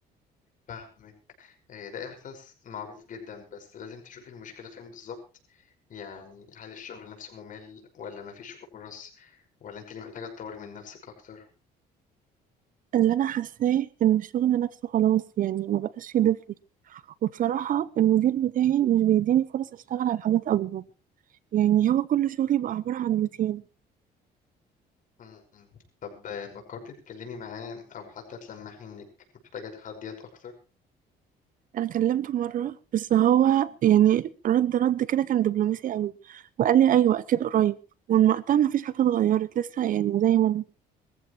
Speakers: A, on the left (about 50°); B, on the right (about 50°).
A: فاهمك آه، ده إحساس معروف جدا بس لازم تشوفي المشكلة فين بالظبط يعني هل الشغل نفسه ممل ولا مفيش فرص ولا انت اللي محتاجة تطوري من نفسك أكتر
B: اللي انا حاساه ان الشغل نفسه خلاص يعني ما بقاش يضيف لي وبصراحه المدير بتاعي مش بيديني فرص اشتغل على حاجات اكبر يعني هو كل شغلي بقى عباره عن روتين
A: مم. طب آه، فكرتي تتكلمي معاه أو حتى تلمحي إنك محتاجة تحديات أكتر
B: انا كلمته مره بس هو يعني رد رد كده كان دبلوماسي قوي وقال لي ايوه اكيد قريب ومن وقتها ما فيش حاجه اتغيرت لسه يعني زي ما